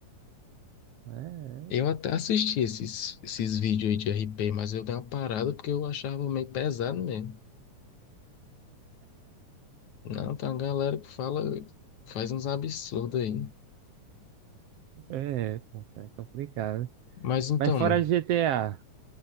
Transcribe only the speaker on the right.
É,
é, é, pô, é complicado.
Mas fora
GTA,